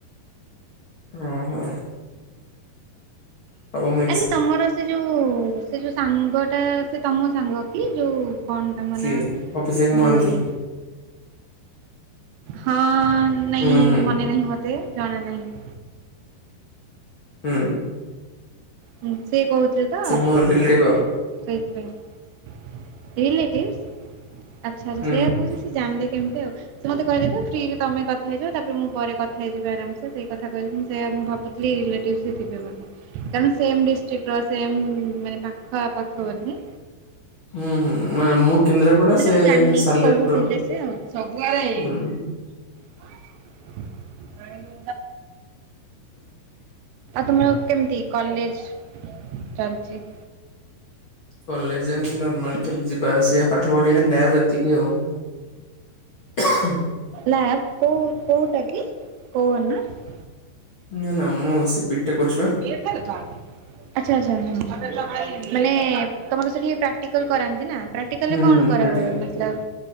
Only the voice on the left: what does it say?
ଓଁ ହୋ ସବୁ ମିକ୍ସ୍
କିଏ
ଅଭିଷେକ
ମହାନ୍ତି
ହୁଁ ହୁଁ
ହୁଁ
ସେ ମୋ ରିଲେଟିଭ
ହୁଁ
ହୁଁ
ହୁଁ-ହୁଁ ମ୍ୟାମ୍ ମୁଁ କେନ୍ଦ୍ରାପଡା
ସେ
ସାଲେପୁର
ହୁଁ।
କଲେଜ୍ ଏମ୍ତି ନର୍ମାଲ୍ <unintelligible> ଯିବା ଆସିବା ପାଠ ପଢିବା ଲ୍ୟାବ୍ ଏତିକି ଆଉ। ହ ହଁ
ନା-ନା ମୁଁ ସେ ବିଟେକ୍ କରୁଚିବା।
ହୁଁ
ହୁଁ
ପ୍ରାକ୍ଟିକାଲ